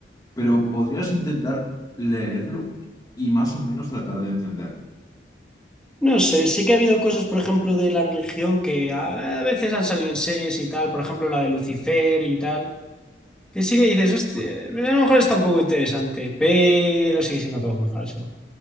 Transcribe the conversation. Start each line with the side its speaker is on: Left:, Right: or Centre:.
Left: pero podrías intentar leerlo y más o menos tratar de entenderlo.
Centre: No sé, sí que ha habido cosas, por ejemplo, de la religión que a, a veces han salido en series y tal, por ejemplo, la de Lucifer y tal, que sí que dices, hostia, a lo mejor está un poco interesante, pero sigue siendo todo muy falso.